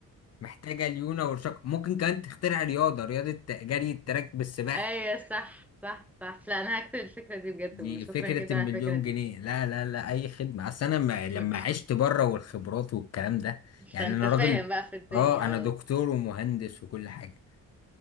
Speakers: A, on the left; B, in the centre.
A: محتاجة ليونة ورشاقة ممكن كمان تخترع رياضة رياضة جري التراك بالسباحة
B: اي صح صح صح لا انا هكتب الفكرة دي بجد
A: دي
B: شكرا
A: فكرة
B: جدا
A: المليون
B: على الفكرة دي
A: جنيه لا لا لا أي خدمة أصل أنا ما لما
B: شكرا
A: عشت بره والخبرات والكلام ده يعني
B: فانت
A: أنا
B: فاهم
A: راجل
B: بقى في الدنيا
A: أه أنا
B: اه
A: دكتور ومهندس وكل حاجة